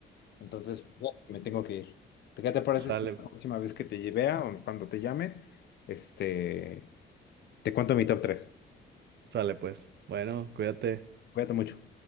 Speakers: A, on the left; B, on the right.
A: Entonces, fíjate que me tengo que ir. ¿Te- ¿Qué te parece
B: Sale,
A: si la próxima vez que te lleve o cuando te llame, este, te cuento mi top 3?
B: sale pues. Bueno, cuídate.
A: Cuídate mucho.